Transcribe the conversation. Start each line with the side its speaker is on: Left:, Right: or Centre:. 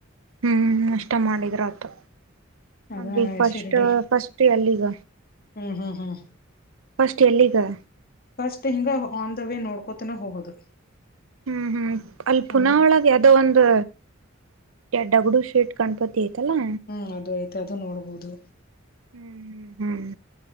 Right: ಹ್ಮ್ ಅಷ್ಟ ಮಾಡಿದ್ರಾತು.
Left: ಅದ
Right: ಅಂದ್ರೀಗ್ ಫಸ್ಟ್
Left: ಶಿರಡಿ
Right: ಫಸ್ಟ್ ಎಲ್ಲಿಗ?
Left: ಹ್ಮ್ ಹ್ಮ್ ಹ್ಮ್
Right: ಫಸ್ಟ್ ಎಲ್ಲಿಗ?
Left: ಫಸ್ಟ್ ಹಿಂಗ ಆನ್ ದ ವೇ ನೋಡ್ಕೋತಾನ ಹೋಗೋದು.
Right: ಹ್ಮ್ ಹ್ಮ್ ಅಲ್ಲಿ ಪುನಃ
Left: ಒಂದ್
Right: ಒಳಗ್ ಯದೋ ಒಂದು ಡಗಡು ಶೇಟ್ ಗಣಪತಿ ಐತಲ್ಲಾ?
Left: ಹ್ಮ್ ಅದು ಐಯ್ತ್ ಅದು ನೋಡ್ಬಹುದು.
Right: ಹ್ಮ್ ಹ್ಮ್ ಹ್ಮ್